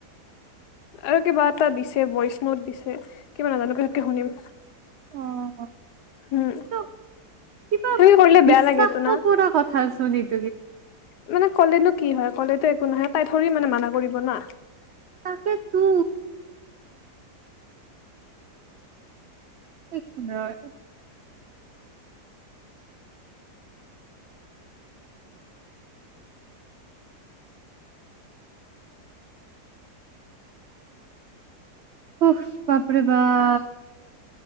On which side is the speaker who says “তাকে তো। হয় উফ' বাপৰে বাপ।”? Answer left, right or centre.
Right